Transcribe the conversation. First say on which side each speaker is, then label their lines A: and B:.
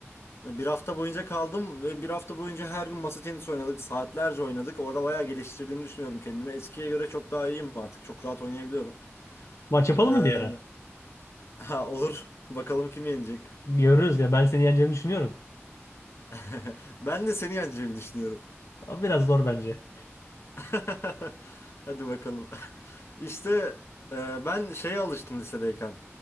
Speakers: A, on the left; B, on the left.
A: bir hafta boyunca kaldım ve bir hafta boyunca her gün masa tenisi oynadık. Saatlerce oynadık. Orada bayağı geliştirdiğimi düşünüyorum kendimi. Eskiye göre çok daha iyiyim artık. Çok rahat oynayabiliyorum.
B: Maç yapalım
A: Ee,
B: mı bir ara?
A: <laughs> ha olur. Bakalım kim yenecek.
B: Görürüz ya ben seni yeneceğimi düşünüyorum.
A: <laughs> Ben de seni yeneceğimi düşünüyorum.
B: Ama biraz zor bence.
A: <laughs> Hadi bakalım. <laughs> İşte e, ben şeye alıştım lisedeyken.